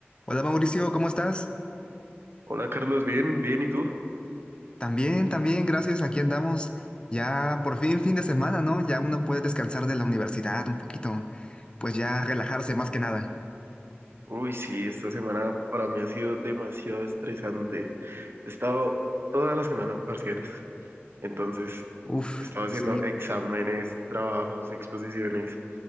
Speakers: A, on the left (about 25°); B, on the right (about 60°).
A: Hola Mauricio, ¿cómo estás?
B: Hola Carlos, bien, bien, ¿y tú?
A: También, también, gracias. Aquí andamos. Ya por fin fin de semana, ¿no? Ya uno puede descansar de la universidad un poquito, pues ya relajarse más que nada.
B: Uy, sí, esta semana para mí ha sido demasiado estresante. He estado toda la semana en parciales, entonces
A: Uf,
B: he estado haciendo
A: sí,
B: exámenes, trabajos, exposiciones.